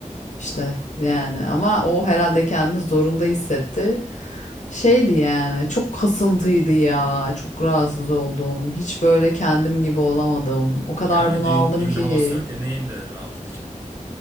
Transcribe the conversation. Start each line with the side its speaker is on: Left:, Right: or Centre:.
Left: işte yani ama o herhalde kendini zorunda hissetti. Şeydi yani çok kasıntıydı ya. Çok rahatsız oldum. Hiç böyle kendim gibi olamadım. O kadar
Right: Yani
Left: bunaldım
Right: düğün düğün
Left: ki.
Right: havası yok ya neyin de rahat edeceksin.